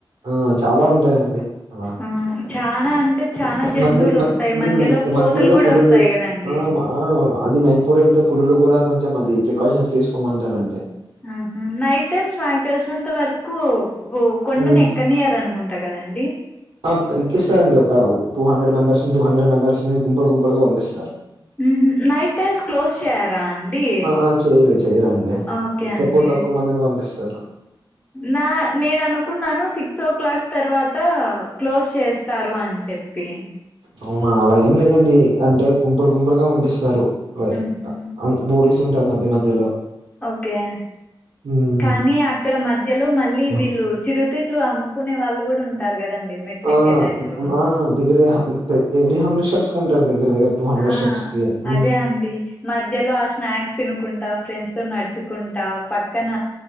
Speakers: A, on the right (about 85°); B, on the left (about 15°).
A: ఆ చాలా ఉంటాయండి అలా
B: ఆ చానా అంటే చానా జంతువులు
A: మధ్య మ
B: వస్తాయి మధ్యలో కోతులు
A: మధ్యలో
B: కూడా
A: పులులు
B: వస్తాయి కదండి
A: ఆ మా ఆ అది నైట్ పూట వెళ్తే పులులు కూడా కొంచెం అది ప్రికాషన్స్ తీసుకోమంటారండి
B: ఆహా నైట్ టైమ్స్ మాకు తెలిసినంత వరకు కొండను
A: హ్మ్.
B: ఎక్కడినియ్యారనుకుంట కదండి
A: ఆ ఎక్కిస్తారండి ఒక టూ హండ్రెడ్ మెంబర్స్ నీ టూ హండ్రెడ్ మెంబర్స్ ని గుంపులు గుంపులుగా పంపిస్తారు
B: ఉహు నైట్ టైమ్స్ క్లోజ్ చేయరా అండి
A: ఆ! ఆ! చేయరు చేయరండి.
B: ఓకే అండి
A: తక్కువ తక్కువ మందిని పంపిస్తారు.
B: నా నేను అనుకున్నాను సిక్స్ ఓ క్లాక్ తర్వాత క్లోజ్ చేస్తారు అని చెప్ స్పెన్
A: అవునా అలా ఏం లేదండి అంటే గుంపులు గుంపులుగా పంపిస్తారు అలా
B: ఊహు
A: పోలీసులు ఉంటారు మధ్య మధ్యలో
B: ఓకే
A: హ్మ్.
B: కానీ అక్కడ మధ్యలో మళ్ళీ
A: ఆ!
B: వీళ్ళు చిరుతిండ్లు అమ్ముకునే వాళ్ళు కూడా ఉంటారు కదండి మెట్లెక్కే
A: ఆ
B: టైంలో
A: ఆ దగ్గర ఎవ్రీ హండ్రెడ్ స్టెప్స్ ఉంటారు దగ్గర దగ్గర
B: ఆ
A: స్టెప్స్‌కి. హ్మ్.
B: అదే అండి మధ్యలో ఆ స్నాక్స్ తినుకుంటా ఫ్రెండ్స్తోనడుచుకుంటా పక్కన